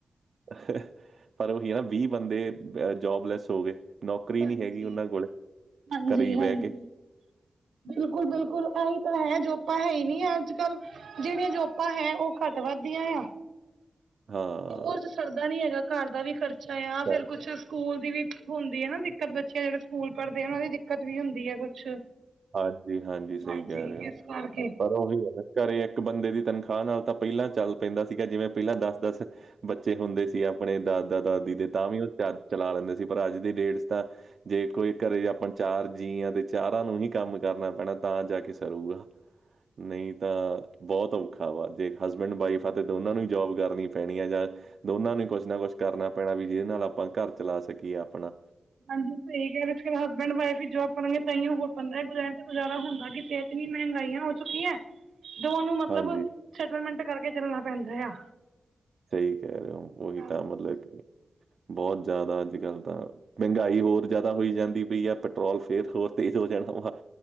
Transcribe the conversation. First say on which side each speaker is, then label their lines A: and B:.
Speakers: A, on the right (about 60°); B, on the right (about 85°).
A: <unintelligible> ਵੀਹ ਬੰਦੇ ਅ ਜੋਬਲੈਸ ਹੋ ਗੇ। ਨੌਕਰੀ
B: ਹਾਂਜੀ,
A: ਨੀ ਹੈਗੀ ਉਹਨਾਂ ਕੋਲ।
B: ਹਾਂਜੀ,
A: ਘਰੇ ਹੀ ਬਹਿ
B: ਹਾਂਜੀ।
A: ਗੇ।
B: ਬਿਲਕੁਲ-ਬਿਲਕੁਲ ਐ ਈ। ਇ ਤਾਂ ਹੈ ਜੋਪਾਂ ਹੈ ਹੀ ਨੀ ਆ ਅੱਜ- ਕੱਲ੍ਹ ਜੇੜੀਆਂ ਜੋਪਾਂ ਹੈ ਓ ਘੱਟ ਵੱਧ ਦੀਆਂ।
A: ਹਾਂ
B: ਉਰ 'ਚ ਸਰਦਾ ਨੀ ਹੈਗਾ ਘਰ ਦਾ ਵੀ ਖਰਚਾ ਆ
A: ਪਰ-
B: ਫਿਰ ਕੁਛ ਸਕੂਲ ਦੀ ਵੀ ਹੁੰਦੀ ਐ ਨਾ ਦਿੱਕਤ ਬੱਚੇ ਜਿਹੜੇ ਸਕੂਲ ਪੜ੍ਹਦੇ ਉਹਨਾਂ ਦੀ ਦਿੱਕਤ ਵੀ ਹੁੰਦੀ ਐ ਕੁਛ
A: ਹਾਂਜੀ-ਹਾਂਜੀ ਸਈ
B: ਹਾਂਜੀ
A: ਕਹਿ ਰਏ ਹੋ
B: ਇਸ ਕਰਕੇ
A: ਪਰ ਓਹਿ ਏ ਨਾ ਘਰੇ ਇੱਕ ਬੰਦੇ ਦੀ ਤਨਖਾਹ ਨਾਲ ਤਾਂ ਪੈਲਾਂ ਚੱਲ ਪੈਂਦਾ ਸੀਗਾ ਜਿਵੇਂ ਪੈਲਾਂ ਦਸ-ਦਸ ਬੱਚੇ ਹੁੰਦੇ ਸੀ ਆਪਣੇ ਦਾਦਾ-ਦਾਦੀ ਦੇ ਤਾਂ ਵੀ ਓ ਚਰ ਚਲਾ ਲੈਂਦੇ ਸੀ ਪਰ ਅੱਜ ਦੀ ਡੇਟ 'ਚ ਤਾਂ ਜੇ ਕੋਈ ਘਰੇ ਆਪਾਂ ਚਾਰ ਜੀ ਆ ਤੇ ਚਾਰਾਂ ਨੂੰ ਹੀ ਕ ਕੰਮ ਕਰਨਾ ਪੈਣਾ ਤਾਂ ਜਾ ਕੇ ਸਰੂਗਾ ਨਈ ਤਾਂ ਬੋਤ ਔਖਾ ਵਾ ਜੇ ਹਸਬੈਂਡ-ਵਾਈਫ ਆ ਤੇ ਦੋਨਾਂ ਨੂੰ ਹੀ ਜੋਬ ਕਰਨੀ ਪੈਣੀ ਆ ਜਾਂ ਦੋਨਾਂ ਨੂੰ ਹੀ ਕੁਛ ਨਾ ਕੁਛ ਕਰਨਾ ਪੈਣਾ ਵੀ, ਜਿਹਦੇ ਨਾਲ ਆਪਾਂ ਘਰ ਚਲਾ ਸਕੀਏ ਆਪਣਾ
B: ਹਾਂਜੀ ਸਈ ਕਿਆ ਉਸਕੇ ਹਸਬੈਂਡ-ਵਾਈਫ ਵੀ ਜੋਬ ਕਰਨਗੇ ਤਾਂਹੀ ਓ ਹੋ ਪਾਂਦਾ ਏ ਏਹੁ ਰੈਂਣ ਤੇ ਗੁਜਾਰਾ ਹੁੰਦਾ ਕਿੱਥੇ ਐ। ਇਤਨੀ ਮਹਿੰਗਾਈਆ ਹੋ ਚੁੱਕੀਆਂ। ਤੇ ਉਨੂੰ ਮਤਲਬ
A: ਹਾਂਜੀ
B: ਸੈਟਲਮੈਂਟ ਕਰਕੇ ਚੱਲਣਾ ਪੈਂਦਾ ਆ।
A: ਸਈ ਕੈਹ ਰਏ ਹੋ ਉਹੀ
B: ਹਾਂਜੀ
A: ਤਾਂ ਮਤਲਬ ਕਿ ਬੋਤ ਜਾਦਾ ਅੱਜ ਕੱਲ ਤਾਂ ਮਹਿੰਗਾਈ ਹੋਰ ਜਾਦਾ ਹੋਈ ਜਾਂਦੀ ਪਈ ਆ ਪੈਟਰੋਲ ਫਿਰ ਹੋਰ ਤੇਜ਼ ਹੋ ਜਾਣਾ ਵਾ।